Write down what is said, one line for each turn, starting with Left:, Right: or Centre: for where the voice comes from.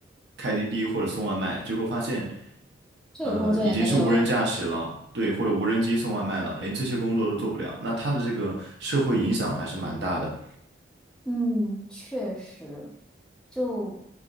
Right: 开滴滴或者送外卖，结果发现，
Centre: 这个工作也没有了。
Right: 呃，已经是无人驾驶了，对，或者无人机送外卖了，连这些工作都做不了，那它的这个社会影响还是蛮大的。
Centre: 嗯，确实，就